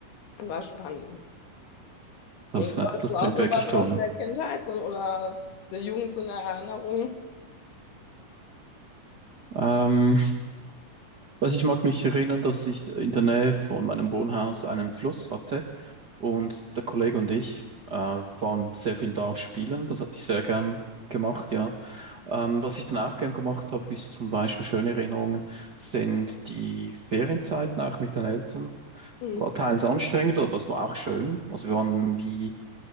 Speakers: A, on the left (about 90°); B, on the right (about 50°).
A: das war spannend.
B: das,
A: Und du hast
B: das
A: du auch
B: klingt
A: sowas
B: wirklich
A: aus
B: toll.
A: der Kindheit so, oder aus der Jugend so eine Erinnerung?
B: Ähm, also ich mag mich erinnern, dass ich in der Nähe von meinem Wohnhaus einen Fluss hatte und der Kollege und ich äh, waren sehr viel da spielen. Das hatte ich sehr gern gemacht, ja. Ähm, was ich dann auch gern gemacht habe, ist zum Beispiel schöne Erinnerungen, sind die Ferienzeiten auch mit den Eltern.
A: Mhm.
B: War teils anstrengend, aber es war auch schön. Also wir waren wie,